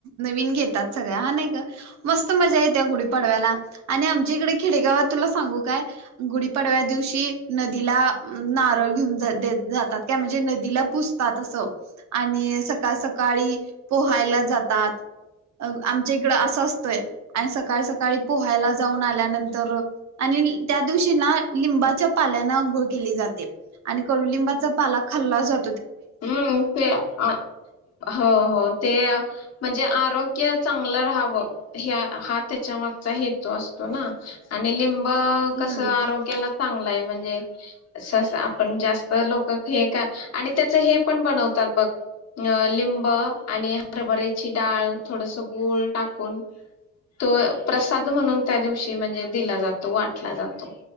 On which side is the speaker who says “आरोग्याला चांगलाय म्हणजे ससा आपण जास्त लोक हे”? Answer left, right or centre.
Left